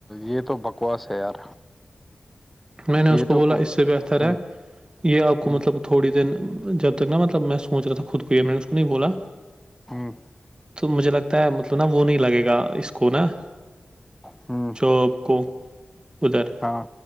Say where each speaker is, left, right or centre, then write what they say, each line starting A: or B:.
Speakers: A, in the centre; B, on the right (about 25°).
A: یہ تو بکواس ہے یار
B: میں نے
A: یہ
B: اس کو
A: تو
B: بولا اس سے بہتر
A: ہ
B: ہے یہ آپ کو
A: ہ
B: مطلب تھوڑی دن جب تک نا مطلب میں سوچ رہا تھا خود کوئی میں نے اس کو نہیں بولا
A: ہ
B: تو مجھے لگتا ہے مطلب نا وہ نہیں لگے گا اس کو نا
A: ہاں
B: ٹوب کو ادھر
A: ہاں